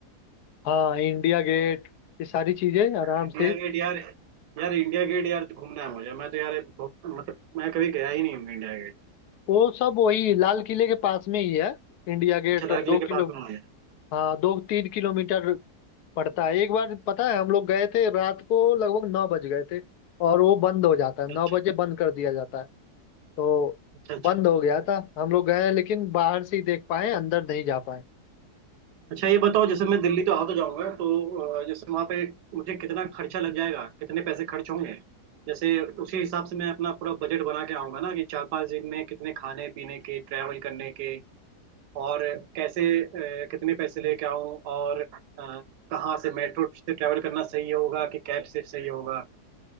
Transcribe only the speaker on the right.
इंडिया
गेट यार यार इंडिया गेट यार घूमना है मुझे मैं तो यार बहुत मतलब मैं कभी गया ही नहीं हूँ इंडिया गेट
अच्छा लाल
किले के
पास में मुझे
अच्छा
अच्छा अच्छा
अच्छा ये बताओ जैसे मैं दिल्ली तो आ तो जाऊंगा तो अ, जैसे वहां पे मुझे कितना खर्चा लग जाएगा कितने पैसे खर्च होंगे जैसे उसी हिसाब से मैं अपना पूरा बजट बना के आऊंगा ना कि चार पांच दिन में कितने खाने पीने के ट्रैवल करने के और कैसे अ, कितने पैसे लेके आऊं और अ, कहाँ से मेट्रो से ट्रैवल करना सही होगा कि कैब से सही होगा